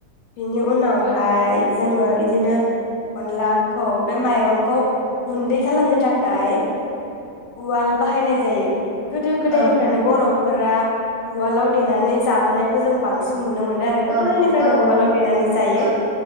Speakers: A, on the left (about 90°); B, on the right (about 65°).
A: बिनि उनावहाय जोङो इदिनो अनला खौ बे माइरंखौ गुन्दै खालामनो थाखाय उवाल बाहायनाय जायो गोदो गोदायनिफ्रायनो
B: औ
A: बर' फोरा उवालाव देनानै जाबोनायखौ जों बांसिन नुनो मोनदों आरो
B: औ
A: गोदोनिफ्रायनो उवालाव देनानै जायो
B: औ